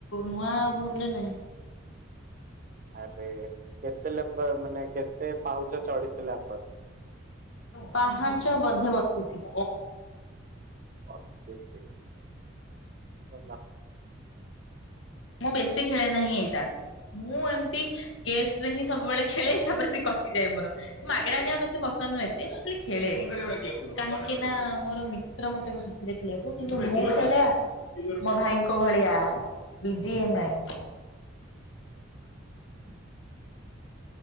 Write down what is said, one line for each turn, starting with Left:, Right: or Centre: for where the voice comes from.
Left: ନୂଆ ଫୋନରେ ନାହିଁ
Right: ଆରେ କେତେ ଲେବ-ମାନେ କେତେ ପାଉଚ ଚଢିଥିଲା?
Left: ପାହାଞ୍ଚ ବଧେ ବତିସି
Right: ଅ <unintelligible>
Left: ମୁଁ ବେଶୀ ଖେଳେ ନାହିଁ ଏଇଟା। ମୁଁ ଏମିତି ଗେଷ୍ଟରେ ହିଁ ସବୁବେଳେ ଖେଳେ ତାପରେ ସେ କଟିଯାଏ ମୋର। ମାଗେଶା ନିଆଁ ମତେ ପସନ୍ଦ ନୁହ। ଏତେ ମୁଁ ଖାଲି ଖେଳେ, କାହିଁକି ନା ମୋର ମିତ୍ର ମତେ କହି ଦେଖିବାକୁ କିନ୍ତୁ ମୁଁ ଖେଳେ ମୋ ଭାଇଙ୍କ ଭଳିଆ ବିଜି ଏ ନାଇଁ
Right: ଆଚ୍ଛା